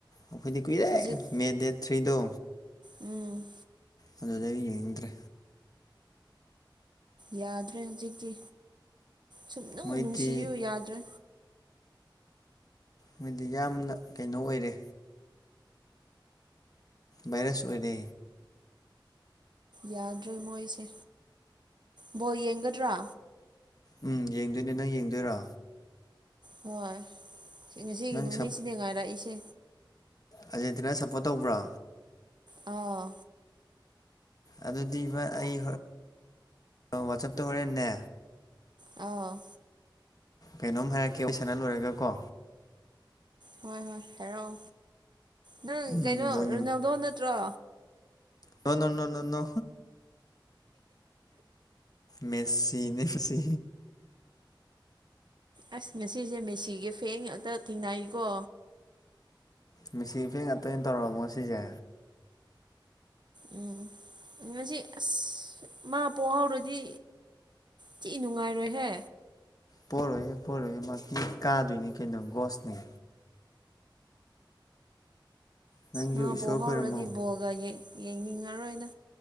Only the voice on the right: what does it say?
ꯍꯧꯖꯤꯛ
ꯎꯝ
ꯌꯥꯗ꯭ꯔꯦ ꯍꯧꯖꯤꯛꯇꯤ ꯁꯨꯝ ꯅꯨꯡ
ꯅꯨꯡꯁꯤꯌꯨ ꯌꯥꯗ꯭ꯔꯦ
ꯌꯥꯗ꯭ꯔꯦ ꯃꯣꯏꯁꯦ ꯕꯣ ꯌꯦꯡꯒꯗ꯭ꯔꯥ
ꯍꯣꯏ ꯉꯁꯤꯒꯤ
ꯅꯨꯃꯤꯠꯁꯤꯅꯦ ꯉꯥꯏꯔꯛꯏꯁꯦ
ꯑꯥ
ꯑ
ꯍꯣꯏ ꯍꯣꯏ ꯍꯥꯏꯔꯛꯑꯣ ꯅꯪ
ꯀꯩꯅꯣ
ꯔꯣꯅꯦꯜꯗꯣ ꯅꯠꯇ꯭ꯔꯣ
ꯑꯁ ꯉꯁꯤꯁꯦ ꯃꯦꯁꯤꯒꯤ ꯐꯦꯡ ꯉꯥꯛꯇ ꯊꯦꯡꯅꯩꯀꯣ
ꯎꯝ ꯉꯁꯤ ꯑꯁ ꯃꯥ ꯄꯣꯛ ꯍꯧꯥꯎꯔꯗꯤ ꯆꯤꯏ ꯅꯨꯡꯉꯥꯏꯔꯣꯏꯍꯦ
ꯃꯥꯕꯣ
ꯍꯧꯧꯔꯗꯤꯕꯣꯜ
ꯑꯗꯨꯒ ꯌꯦꯡꯅꯤꯡꯉꯔꯣꯏꯅ